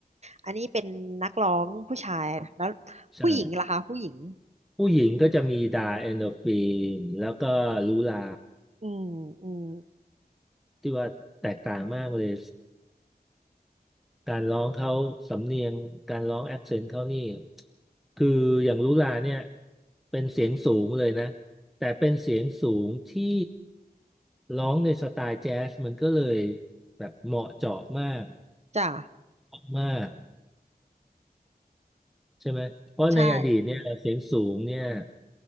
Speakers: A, on the right; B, in the centre.
A: อันนี้เป็นนักร้องผู้ชายนะแล้ว
B: ใช่
A: ผู้หญิงล่ะคะผู้หญิง
B: ผู้หญิงก็จะมีดาเอนโดรฟินแล้วก็ลูลา
A: อืมอืม
B: ที่ว่าแตกต่างมากเลยการร้องเขาสำเนียงการร้องแอคเซนต์เขานี่คืออย่างลุลาเนี่ยเป็นเสียงสูงเลยนะแต่เป็นเสียงสูงที่ร้องในสไตล์แจ๊สมันก็เลยแบบเหมาะเจาะมาก
A: จ้ะ
B: มากใช่ไหมเพราะในอดีตเนี่ยเสียงสูงเนี่ย
A: ใช่